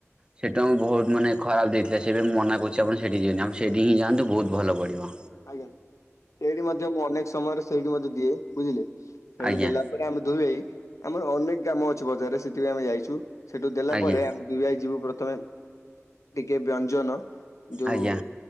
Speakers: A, on the right; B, on the left.
A: ସେଇଠୁ ଆମକୁ ବୋହୁତ୍ ମାନେ ଖରାପ୍ ଦେଇଥିଲା। ସେଇଥିପାଇଁ ମନା କରୁଛି। ଆପଣ ସେଠି ଯିବେନି, ଆପଣ ସେଇଠି ଯାନ୍ତୁ ବୋହୁତ୍ ଭଲପଡ଼ିବ।
B: ଆଜ୍ଞା। ସେଇଠି ମଧ୍ୟ ମୁଁ ଅନେକ୍ ସମୟରେ ସେଇଠି ମଧ୍ୟ ଦିଏ, ବୁଝିଲେ ସେଇଠୁ
A: ଆଜ୍ଞା
B: ଦେଲା ପରେ ଆମେ ଦୁଇଭାଇ, ଆମର ଅନେକ କାମଅଛି ବଜାରରେ ସେଥିପାଇଁ ଆମେ ଯାଇଛୁ। ସେଠୁ ଦେଲାପରେ
A: ଆଜ୍ଞା
B: ଆମେ ଦୁଇଭାଇ ଯିବୁ ପ୍ରଥମେ, ଟିକେ ବ୍ୟଞ୍ଜନ ଯୋଉ
A: ଆଜ୍ଞା